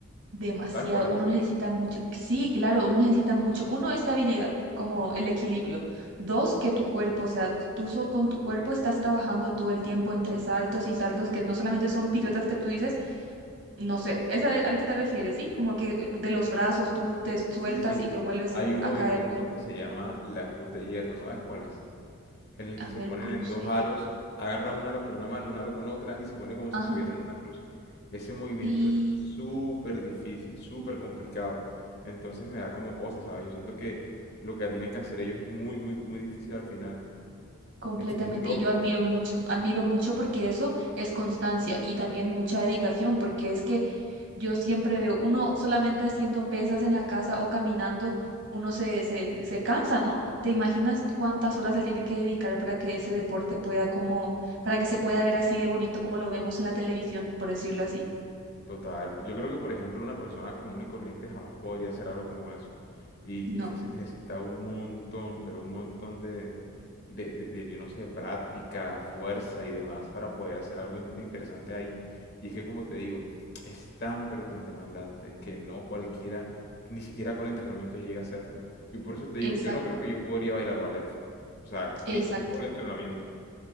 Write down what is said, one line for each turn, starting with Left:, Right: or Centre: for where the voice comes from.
Right: Demasiado,
Left: ¿Sabes cuál es?
Right: uno necesita mucho, sí, claro, uno necesita mucho, uno, estabilidad, como el equilibrio. Dos, que tu cuerpo, o sea, tú so- con tu cuerpo estás trabajando todo el tiempo entre saltos y saltos que no solamente son piruetas que tú dices, no sé, es al, al que te refieres, ¿sí? Como que de los brazos tú te sueltas
Left: Sí, sí, sí.
Right: y te vuelves
Left: Hay un movimiento
Right: a caer con,
Left: que se llama la cruz de hierro, ¿sabes cuál es? en el
Right: a
Left: que se
Right: ver,
Left: ponen
Right: cruce
Left: en dos
Right: y
Left: aros,
Right: hierro.
Left: agarra un aro con una mano, un aro con otra y se pone como
Right: Ajá,
Left: si estuviera en una cruz. Ese movimiento
Right: sí,
Left: es súper difícil, súper complicado. Entonces me da como cosa, ¿sabes? Yo siento que lo que tienen que hacer ellos es muy, muy, muy difícil al final.
Right: completamente.
Left: Es, es de locos.
Right: Y yo admiro mucho, admiro mucho porque eso es constancia y también mucha dedicación, porque es que Yo siempre veo uno solamente haciendo pesas en la casa o caminando, uno se, se, se cansa, ¿no? ¿Te imaginas cuántas horas le tiene que dedicar para que ese deporte pueda como, para que se pueda ver así de bonito como lo vemos en la televisión, por decirlo así?
Left: Total, yo creo que por ejemplo una persona común y corriente jamás podría hacer algo como eso. Y,
Right: No.
Left: y es que se necesita un montón, pero un montón de, de, de- de, yo no sé, práctica, fuerza y demás para poder hacer algo in- interesante ahí. Y es que como te digo, es tan pero tan demandante que no cualquiera, ni siquiera con entrenamiento llega a hacerlo. Y por eso te digo,
Right: Exacto,
Left: yo no creo que yo podría bailar ballet. O sea, ni
Right: exacto.
Left: con todo el entrenamiento.